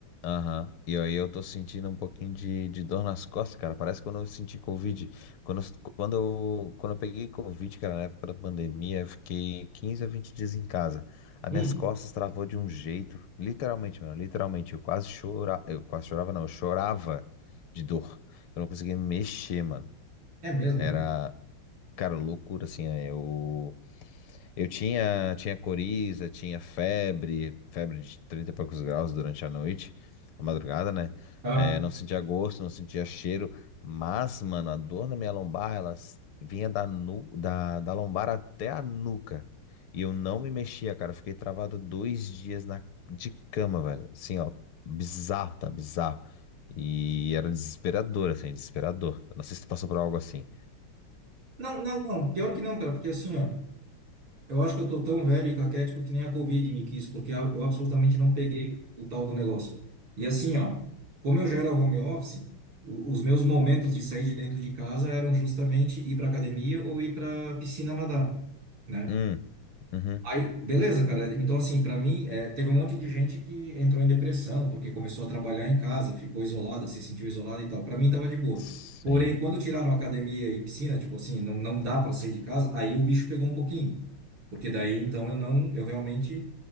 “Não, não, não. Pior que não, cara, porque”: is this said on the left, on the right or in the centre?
Right